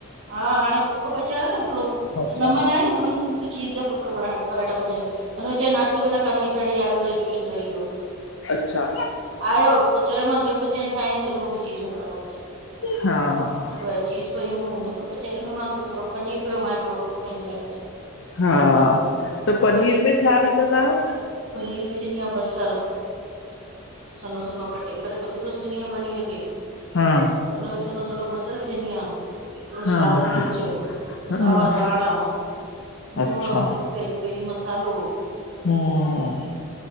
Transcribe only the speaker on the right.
हा हाणे फुलको पचायो न हिकिड़ो
नमन अची रहियो आहे नमन चीज़ जो फुलका पराठा पचाया उन नाश्तो बिना खाधे साढीयारहें बजे टियूशन ते हली वियो
आयो त चयो मांस जेको च‌और उहो ठाहे डिये चयो त चीज़ पीजा पराठा पचाए
ॾियो व चीज़ पई हुयूं हुनखे पचाए ॾिनमास थोड़ो पनीर पयो हुयो मां हिकड़ो पुलको पंहिंजे लाइ पचायो
मूंखे
वॾी
पनीर में विझंदी आहियां बसर सनो -सनो कटे पहिरों कदुकस कंदी पनीर खे
उन में सनो सनो बसर विझदिया हिकिड़ो साओ
मिर्च
सावा धाणा लूण
पेरी - पेरी मसालो